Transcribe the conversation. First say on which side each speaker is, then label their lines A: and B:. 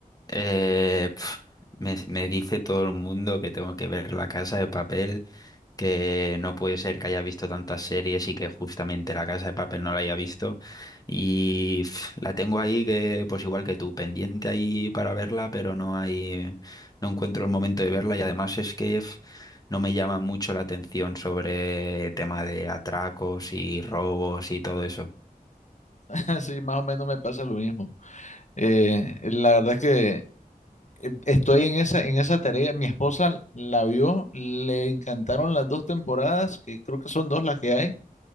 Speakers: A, on the left; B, on the left.
A: Eh, pf, me, me dice todo el mundo que tengo que ver La Casa de Papel, que no puede ser que haya visto tantas series y que justamente La Casa de Papel no la haya visto. Y pf, la tengo ahí que, pues igual que tú, pendiente ahí para verla, pero no hay, no encuentro el momento de verla y además es que pf, no me llama mucho la atención sobre tema de atracos y robos y todo eso.
B: <laughs> Así más o menos me pasa lo mismo. Eh, la verdad que eh, Estoy en esa, en esa tarea. Mi esposa la vio, le encantaron las dos temporadas, que creo que son dos las que hay.